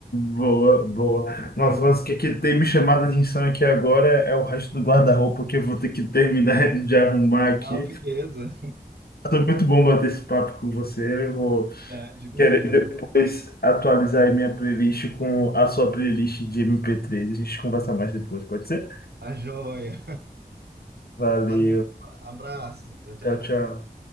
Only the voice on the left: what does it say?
Boa, boa. Nossa,
mas o que, que tem me chamado a atenção aqui agora é o resto do guarda-roupa que eu vou ter que terminar <laughs> de arrumar aqui.
Foi muito bom bater esse papo com você. Eu vou
querer
depois atualizar aí minha playlist com a sua playlist de mp três. A gente conversa mais depois, pode ser?
Valeu.
Tchau, tchau.